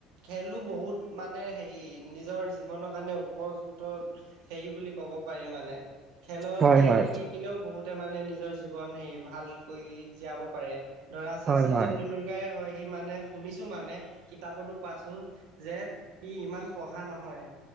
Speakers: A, on the right; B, on the right.
A: খেলো বহুত মানে হেৰি নিজৰ জীৱনৰ কাৰণে উপযুক্ত সেৰি বুলি ক'ব পাৰি মানে। খেলৰ-
B: হয়
A: খেল
B: হয়
A: দি কিনেও বহুতে মানে নিজৰ জীৱন হেৰি ভালকৈ জীয়াব পাৰে। ধৰা শচীন
B: হয় হয়
A: তেটেণ্ডুলকাৰেই হয়। সি মানে শুনিছোঁ মানে কিতাপতো পাইছোঁ। যে ই ইমান পঢ়া নহয়,